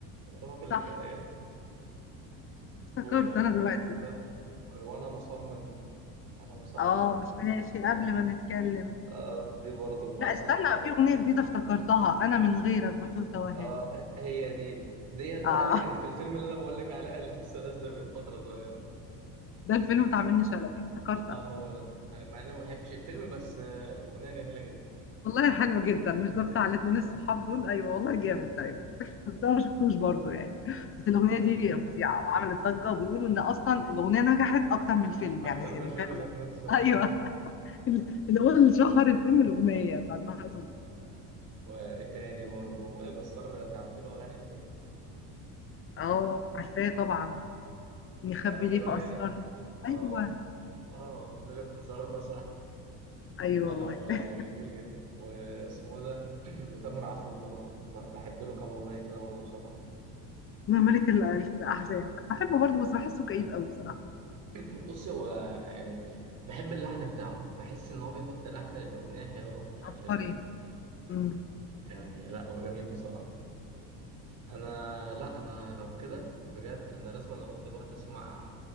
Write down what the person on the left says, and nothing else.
صح
افتكرت
انا دلوقتي
اه
مش
ماشي
قبل ما نتكلم
لا
استنى في اغنيه جديده افتكرتها انا من غيرك بتوه توهان
اه
ده الفيلم بتاع منة شلبي افتكرت
انا
خلاص
والله حلو جدا مش ده بتاع الاتنين الصحاب دول ايوه والله جامد ايوه <laughs> بس انا ما شفتوش برضه يعني بس الاغنيه
دي فظيعه وعملت ضجه وبيقولوا ان اصلا الاغنيه نجحت اكتر من الفيلم
يعني يعني
فاهم
اللي هو-
ايوه
<laughs> اللي هو اللي شهر الفيلم الاغنيه بتاعت بهاء سلطان
اه عارفاه طبعا نخبي
ليه
في
اسرارنا
ايوه
ايوه
والله
لا ملك ال- الأحزان بحبه برضه بس بحسه كئيب قوي بصراحة
عبقري
امم